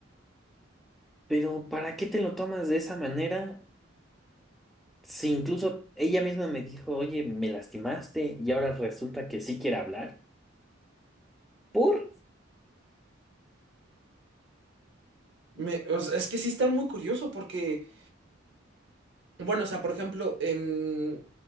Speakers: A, in the centre; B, on the right.
A: Pero ¿para qué te lo tomas de esa manera? Si incluso ella misma me dijo, oye, me lastimaste y ahora resulta que sí quiere hablar. ¿Por?
B: Me- o sea, es que sí está muy curioso porque, bueno, o sea, por ejemplo, en...